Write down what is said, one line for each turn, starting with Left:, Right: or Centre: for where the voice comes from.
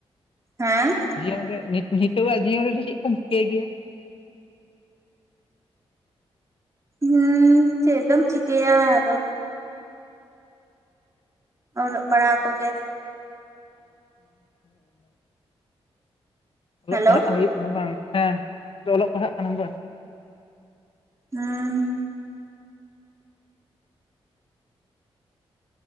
Right: ᱦᱮᱸᱜ
Left: ᱡᱤᱭᱚᱱ ᱨᱮ ᱱᱤᱛ ᱦᱤᱛᱚᱜᱟᱜ ᱡᱤᱭᱚᱱ ᱨᱮᱫᱚ ᱪᱮᱜ ᱠᱚᱢ ᱪᱤᱠᱟᱹᱭ ᱜᱮᱭᱟ?
Right: ᱦᱩᱸᱻ ᱪᱮᱜ ᱫᱚᱢ ᱪᱤᱠᱟᱹᱭᱟ ᱟᱫᱚ ᱚᱨᱚᱜ ᱯᱟᱲᱦᱟᱣ ᱠᱚ ᱜᱮ
Left: <inaudible> ᱚᱞᱚᱜ
Right: ᱦᱮᱞᱳ
Left: ᱯᱟᱲᱦᱟᱜ ᱦᱩᱭᱩᱜ ᱠᱟᱱᱟ ᱵᱟᱝ ᱦᱮᱸ ᱫᱚ ᱚᱞᱚᱜ ᱯᱟᱲᱦᱟᱜ ᱠᱟᱱᱟᱢ ᱵᱟ?
Right: ᱦᱩᱸ